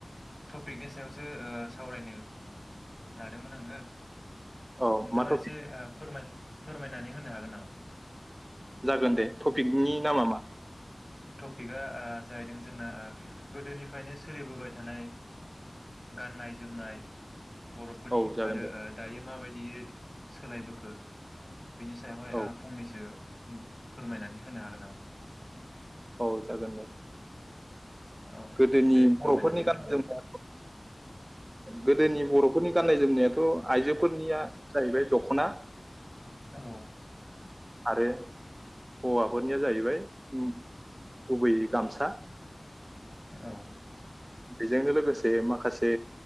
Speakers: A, on the left; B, on the right.
A: टपिकनि सायावसो सावरायनो लादोंमोन आङो
B: औ
A: नोंथाङा
B: मा टपिक
A: एसे फोरमाय फोरमायनानै होनो हागोन नामा
B: जागोन दे टपिकनि नामा मा
A: टपिका जाहैदों जोंना गोदोनिफ्रायनो सोलिबोबाय थानाय गाननाय जोमनाय बर'फोरनि
B: औ जागोन
A: आरो
B: दे
A: दायो माबायदि बिदियै सोलायबोखो बेनि सायावहाय
B: औ
A: फंनैसो फोरमायनानै होनो हागोन नामा
B: औ जागोन दे
A: औ
B: गोदोनि
A: दे फोरमायनानै
B: बर'फोरनि
A: होदो
B: गाननाय
A: होमबा
B: जोमनाय गोदोनि बर'फोरनि गाननाय जोमनायाथ आइजोफोरनिया जाहैबाय
A: औ
B: दख'ना
A: <inaudible>
B: आरो हौवाफोरनिया जाहैबाय उम, गुबैयै गामसा
A: औ
B: बेजोंनो लोगोसे माखासे